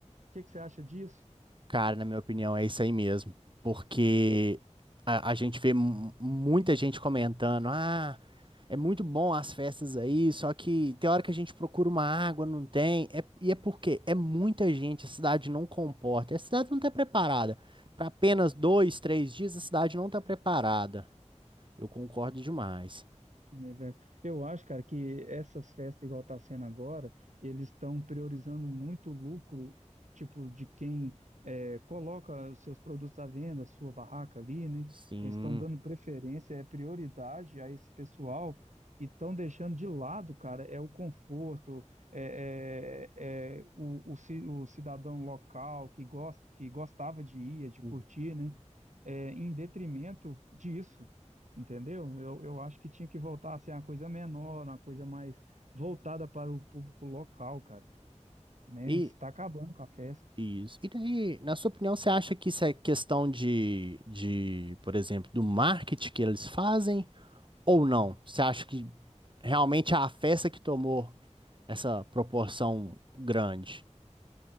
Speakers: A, on the right (about 80°); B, on the right (about 40°).
A: que que você acha disso?
B: Cara, na minha opinião, é isso aí mesmo. Porque a, a gente vê mu- muita gente comentando: ah, é muito bom as festas aí, só que tem hora que a gente procura uma água, não tem. É, e é porque é muita gente, a cidade não comporta, a cidade não está preparada. Para apenas dois, três dias, a cidade não está preparada. Eu concordo demais.
A: Evento. Eu acho, cara, que essas festas igual tá sendo agora, eles estão priorizando muito o lucro, tipo, de quem é, coloca os seus produtos à venda, sua barraca ali, né?
B: Sim.
A: Eles estão dando preferência, é prioridade a esse pessoal e estão deixando de lado, cara, é o conforto, é, é- é o, o ci- o cidadão local que gosta, que gostava de ir, de
B: Uhum.
A: curtir, né? É, em detrimento disso. Entendeu? Eu, eu acho que tinha que voltar a ser uma coisa menor, uma coisa mais voltada para o público local, cara, né?
B: E,
A: Está acabando com a festa.
B: Isso. E daí, na sua opinião, você acha que isso é questão de, de, por exemplo, do marketing que eles fazem ou não? Você acha que realmente é a festa que tomou essa proporção grande?